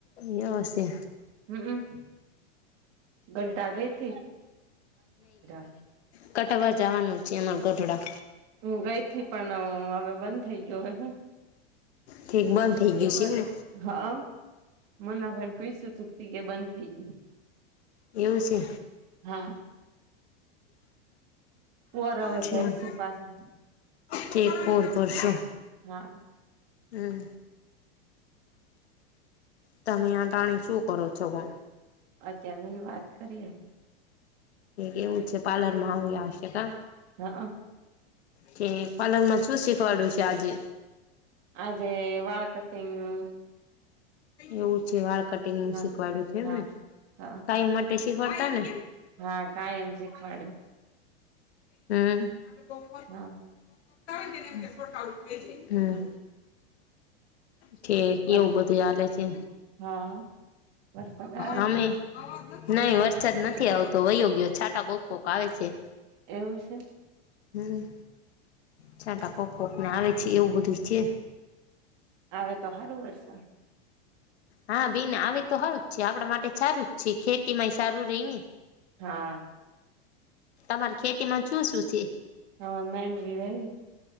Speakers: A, on the left; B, on the right.
A: ગયું હશે
B: હમ ગલ્ટ આ ગયી થી <unintelligible>
A: કઠવા જવાનું છે અમાર ગોઢડા
B: હું ગઈ થી પણ હવે બંધ થઈ ગયો હવે હું
A: ઠીક બંધ થઇ ગયુ છે ને
B: હા મને ભ પઈસું થપથી એ બંધ થઈ ગયું
A: એવું છે
B: હા પર હવે
A: ઠીક
B: પેરીશું પાછા
A: ઠીક પૂર ભરશું
B: હા
A: હમ તમે આ ટાણી શું કરો છોકો
B: અત્યારેની વાત કરીએે
A: કે કેવું છે પાર્લર માં આવશે આવશે કા
B: હા
A: છે પારલર માં છું સીખવાડ્યું છે આજે
B: આજે વાળ કટિંગ નું
A: એવું છે વાળ કટિંગ નું
B: હા
A: શીખવાડ્યું હતું એમને
B: હા હા
A: કાયમ માટે શીખવાડતા ને
B: હા કાય એમ શીખવાડે
A: હમ્મ <unintelligible>
B: હા.
A: <unintelligible> હમ્મ. ઠીક
B: વરસ
A: એવું બધું હાલે છે.
B: હા. વરસાદ આવે
A: <inaudible> અમે
B: કે
A: નહી વરસાદ નથી આવતો વયો ગયો જે છાટા કોક કોક આવે છે.
B: એવું છે
A: હમ્મ છાટા કોક કોક ને આવે છે એવું બધું છે.
B: આવે તો સારું વરસાદ
A: હા બેન આવી તો હારું જ છે આપડા માટે સારું જ છે ખેતી માંય સારું રહી ને
B: હા.
A: તમારી ખેતી માં શું શું છે?
B: હા મેન્ડવી વાઈ વી